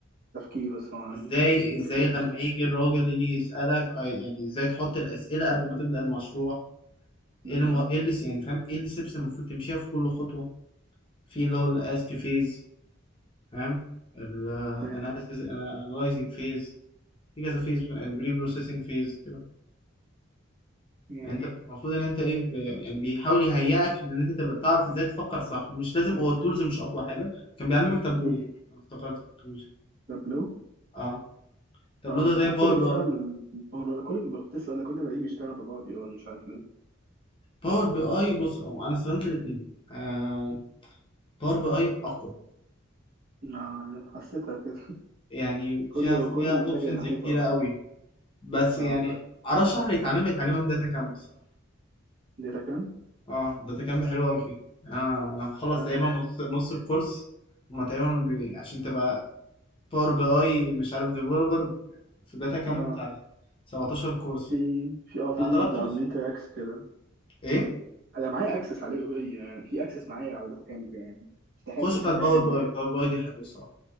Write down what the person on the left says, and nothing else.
ازاي
ازاي
لما
يجي الراجل يجي يسألك آه، يعني ازاي تحط الأسئلة قبل ما تبدأ المشروع ايه
اللي مو- ايه اللي س- يعني فاهم ايه اللي steps المفروض تمشيها في كل خطوة في اللي هو الاسك فيز فاهم ال
analysis analyzing phase في كذا فيز البري بروسيسنج فيز كده
يعني انت المفروض ان انت ايه ب... يعني بيحاول يهيئك ان انت تبقى تعرف ازاي تفكر صح مش لازم هو التولز مش اقوى حاجة كان بيعلمك تابلو
انا افتكرت في التولز
اه تابلو
ده
زي
باور
بي اي
باور بي اي بص هو انا استخدمت الاثنين آه باور بي اي اقوى
يعني فيها
فيها
اوبشنز
كتيره
قوي بس
يعني ارشح اللي يتعلم يتعلمها من داتا كامب الصراحه
اه داتا كامب حلوه قوي فيه آه انا مخلص
تقريبا نص نص الكورس هما تقريبا بي... عشان تبقى باور بي اي مش عارف ديفلوبر في داتا كامب
بتاع 17 كورس
انا ضربت
نصهم
ايه
خش
بتاعت
باور
بي اي باور بي اي دي حلوه الصراحه